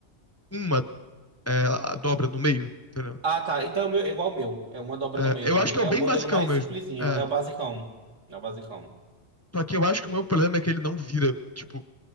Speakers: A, on the left (about 15°); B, on the right (about 80°).
A: uma é, a dobra no meio, entendeu?
B: Ah, tá. Então é o meu- é igual o meu. É uma dobra
A: É,
B: no meio
A: eu
B: também.
A: acho que é o
B: É
A: bem
B: o modelo
A: basicão
B: mais
A: mesmo.
B: simplesinho.
A: É.
B: É o basicão. É o basicão.
A: Só que eu acho que
B: E-
A: o meu problema é que ele não vira, tipo,